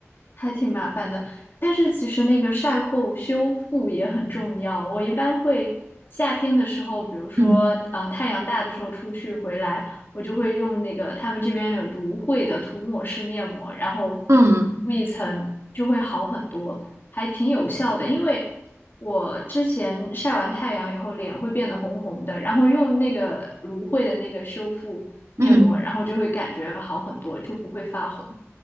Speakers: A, on the left (about 45°); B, on the right (about 75°).
A: 还挺麻烦的。但是其实那个晒后修复也很重要。我一般会夏天的时候，比如说呃太阳大的时候出去回来，
B: 嗯
A: 我就会用那个他们这边有芦荟的涂抹式面膜，然后
B: 嗯。
A: 敷一层就会好很多，还挺有效的。因为我之前晒完太阳以后脸会变得红红的，然后用那个芦荟的那个修复面膜，
B: 嗯，
A: 然后就会感觉好很多，就不会发红。